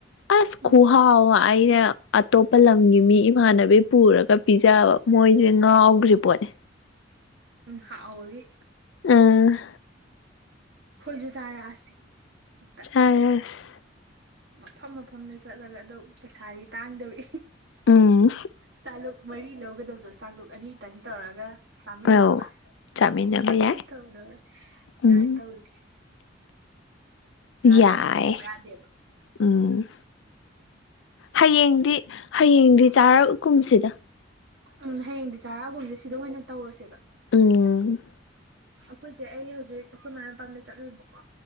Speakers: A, on the left (about 70°); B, on the right (about 60°).
A: ꯑꯁ
B: ꯎꯝ
A: ꯈꯨꯍꯥꯎ ꯑꯃ ꯑꯩꯅ ꯑꯇꯣꯞꯄ ꯂꯝꯒꯤ ꯃꯤ ꯏꯃꯥꯟꯅꯕꯤ ꯄꯨꯔꯒ ꯄꯤꯖꯕ ꯃꯣꯏꯖꯤ ꯉꯥꯎꯒ꯭ꯔꯤ ꯄꯣꯠꯅꯤ
B: ꯍꯥꯎꯕꯒꯤ
A: ꯎꯝ
B: ꯈꯣꯏꯖꯨ ꯆꯥꯔꯛꯑꯁꯤ ꯍꯦꯛꯇ
A: <unintelligible>
B: ꯃꯐꯝ ꯃꯐꯝꯗ ꯆꯠꯂꯒ ꯑꯗꯨ ꯄꯩꯁꯥꯗꯤ ꯇꯥꯡꯗꯧꯔꯤ
A: ꯎꯝ
B: ꯆꯥꯂꯨꯛ ꯃꯔꯤ ꯂꯧꯒꯗꯕꯗꯣ ꯆꯥꯛꯂꯨꯛ ꯑꯅꯤ ꯇꯪ ꯇꯧꯔꯒ ꯆꯥꯃꯤꯟꯅꯕ
A: ꯑꯧ ꯆꯥꯃꯤꯟꯅꯕ
B: ꯑꯗꯨꯃꯥꯏ
A: ꯌꯥꯏ
B: ꯍꯦꯛꯇ <unintelligible> ꯑꯗꯨꯃꯥꯏ
A: ꯎꯝ
B: ꯇꯧꯖꯤ
A: ꯌꯥꯏ
B: ꯌꯥꯝ ꯂꯧꯊꯣꯛꯄ ꯌꯥꯗꯦꯕ
A: ꯎꯝ ꯍꯌꯦꯡꯗꯤ ꯍꯌꯦꯡꯗꯤ ꯆꯥꯔꯛꯀꯨꯝꯁꯤꯗ
B: ꯎꯝ ꯍꯌꯦꯡꯗꯤ ꯆꯥꯔꯑꯒꯨꯝꯁꯦ ꯁꯤꯗ ꯑꯣꯏꯅ ꯇꯧꯔꯁꯦꯕ
A: ꯎꯝ
B: ꯑꯈꯣꯏꯆꯦ ꯑꯩ ꯍꯧꯖꯤꯛ ꯑꯈꯣꯏ ꯃꯥꯏ ꯃꯄꯥꯝꯗ ꯆꯠꯂꯨꯏꯕꯀꯣ